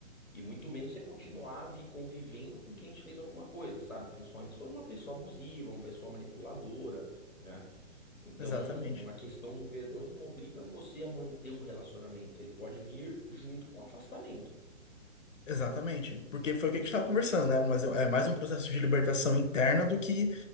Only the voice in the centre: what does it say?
E muito menos você continuar vi- convivendo com quem te fez alguma coisa, sabe? Principalmente se for uma pessoa abusiva, uma pessoa manipuladora, né? Então,
a questão do perdão, ele não obriga você a manter um relacionamento. Ele pode vir junto com o afastamento.